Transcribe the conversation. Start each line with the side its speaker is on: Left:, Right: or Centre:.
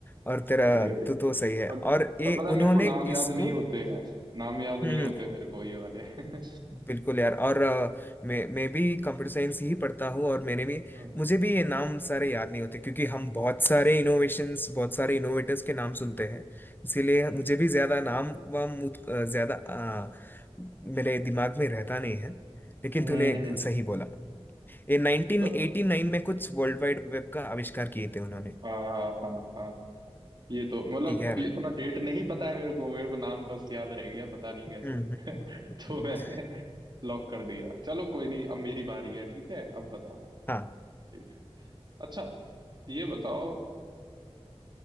Left: और तेरा
Right: वही वही
Left: तू तो सही है
Right: अब
Left: और ये
Right: पर पता है
Left: उन्होंने
Right: मेरे को नाम
Left: इसको
Right: याद नहीं होते हैं नाम याद नहीं
Left: हम्म
Right: होते
Left: हम्म,
Right: मेरे को ये वाले <laughs> हम्म
Left: बिल्कुल यार और अ, मैं मैं भी कंप्यूटर साइंस ही पढ़ता हूँ और मैंने भी
Right: हम्म
Left: मुझे भी ये नाम सारे याद नहीं होते क्योंकि हम बहुत सारे इनोवेशंस बहुत सारे इनोवेटर्स के नाम सुनते हैं इसीलिए मुझे भी ज्यादा नाम वाम मुझ- अ, ज्यादा अ, मेरे दिमाग में रहता नहीं है लेकिन
Right: हम्म,
Left: तूने
Right: हम्म।
Left: सही बोला ये 1989
Right: तो-
Left: में कुछ वर्ल्ड वाइड वेब का आविष्कार किए थे उन्होंने
Right: हाँ हाँ हाँ हाँ। ये तो मतलब
Left: ठीक है
Right: ये इतना डेट नहीं पता है मेरे को मेरे को नाम बस याद रह गया पता नहीं कैसे
Left: हम्म
Right: <laughs>
Left: हम्म, हम्म,
Right: तो
Left: हम्म।
Right: मैंने लॉक कर दिया चलो कोई नहीं अब मेरी बारी है ठीक है अब बताना
Left: हाँ
Right: ठीक है अच्छा ये बताओ